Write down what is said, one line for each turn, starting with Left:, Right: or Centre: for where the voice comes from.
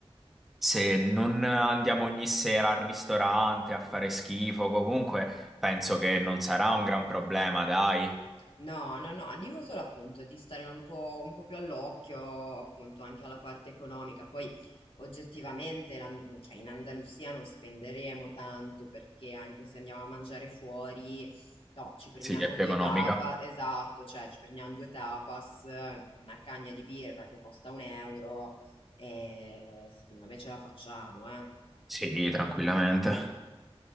Centre: se non andiamo ogni sera al ristorante a fare schifo, comunque penso che non sarà un gran problema, dai.
Left: No, no, no, dico solo appunto di stare un po', un po' più all'occhio appunto anche alla parte economica. Poi oggettivamente l'An- cioè, in Andalusia non spenderemo tanto perché anche se andiamo a mangiare fuori, no, ci prendiamo
Centre: Sì, è più
Left: due
Centre: economica.
Left: tapas, esatto, cioè ci prendiamo due tapas, una cagna di birra che costa un euro e secondo me ce la facciamo, eh.
Centre: Sì, tranquillamente.